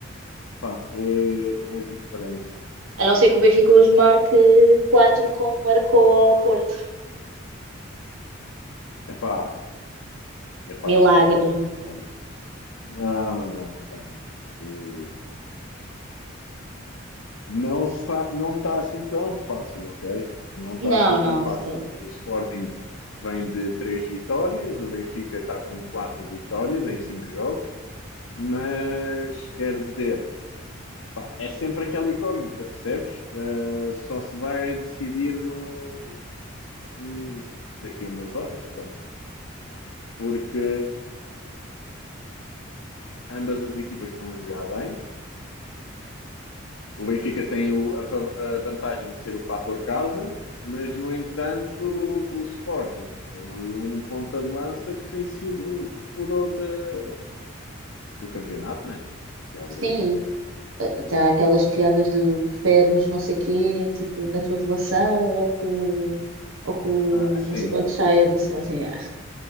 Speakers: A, on the left; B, on the right.
A: Pá, é, é diferente.
B: A não ser que o Benfica hoje marque 4, como marcou ao Porto.
A: Epá, epá,
B: Milagre.
A: Luís, calma. Não, não, calma. Isso não está, não tá assim tão fácil, ok? Não está
B: Não,
A: assim tão
B: não,
A: fácil,
B: de todo.
A: porque o Sporting vem de três vitórias, o Benfica está com quatro vitórias em cinco jogos, mas quer dizer, pá, é sempre aquela incógnita, percebes? Eh, só se vai decidir no, hum, daqui a umas horas, pronto. Porque ambas as equipas estão a jogar bem. O Benfica tem o- a, fa- a vantagem de ser o fator casa, mas no entanto o Sporting que tem ali um ponta de lança que tem sido o furor da- do campeonato, né? Que é o
B: Sim,
A: Goi
B: está aquelas piadas do preferes não sei quê, tipo, na tua relação ou com, ou com
A: Ah, ah, sim,
B: não sei quantos
A: isso.
B: saia da Sarzen. Ah.